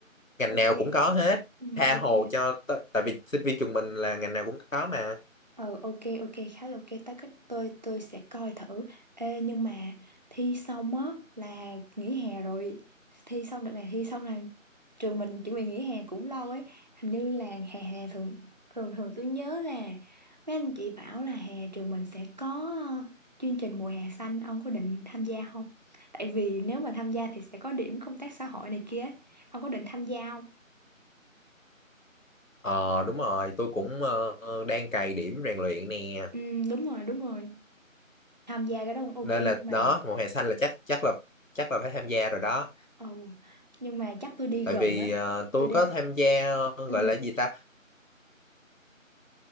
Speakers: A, on the left; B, on the right.
A: ngành nào
B: ok
A: cũng có hết
B: ừ
A: tha
B: ok
A: hồ cho t- tại vì sinh viên trường mình là ngành nào cũng có mà
B: Ờ ok ok khá là ok ta cách tôi tôi sẽ coi thử Ê, nhưng mà thi xong á là nghỉ hè rồi thi xong đợt này thi xong là trường mình chuẩn bị nghỉ hè cũng lâu ấy hình như là hè hè thường thường thường tôi nhớ là mấy anh chị bảo là hè trường mình sẽ có ờ, chương trình mùa hè xanh ông có định tham gia không tại vì nếu mà tham gia thì sẽ có điểm công tác xã hội này kia ấy. ông có định tham gia không
A: ờ đúng rồi tôi cũng ờ, đang cày điểm rèn luyện nè
B: ừ, đúng rồi đúng rồi tham gia cái đó cũng ok
A: nên
B: nhưng
A: là đó
B: mà
A: mùa hè xanh là chắc chắc là chắc là phải tham gia rồi đó
B: Ồ, nhưng mà chắc tôi đi
A: tại
B: gần
A: vì
B: ấy.
A: ờ, tôi
B: Tôi đi
A: có tham gia ờ, gọi
B: ừ,
A: là gì ta